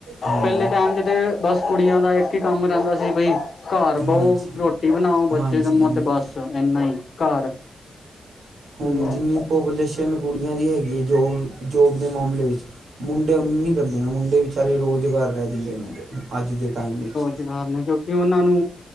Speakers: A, on the right (about 85°); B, on the left (about 45°).
A: ਹਾਂਜੀ
B: ਪੈਲੇ ਟਾਈਮ ਤੇ ਤੇ ਬਸ ਕੁੜੀਆਂ ਦਾ ਇੱਕ ਈ ਕੰਮ ਰੈਂਦਾ ਸੀ ਬਈ ਘਰ
A: ਹਾਂਜੀ
B: ਬਓ, ਰੋਟੀ ਬਣਾਓ, ਬੱਚੇ
A: ਹਾਂਜੀ
B: ਜੰਮੋ
A: ਹਾਂਜੀ
B: ਤੇ ਬਸ ਏਨਾ ਈ ਘਰ
A: ਹੁਨ
B: ਹਮ
A: ਜਿੰਨੀ ਪੋਪੁਲੇਸ਼ਨ ਕੁੜੀਆਂ ਦੀ ਹੈਗੀ ਏ ਜੋਬ -ਜੋਬ ਦੇ ਮਾਮਲੇ ਵਿੱਚ ਮੁੰਡੇ ਓਨ ਨੀ ਕਰਦੇ ਨੇ ਮੁੰਡੇ ਵਿਚਾਰੇ ਰੋਜ ਘਰ ਰੈ ਜਾਂਦੇ ਨੇ ਅੱਜ ਦੇ ਟਾਈਮ ਵਿੱਚ
B: ਰੁਜ਼ਗਾਰ ਨੇ ਕਿਉਂਕਿ ਓਨਾਂ ਨੂੰ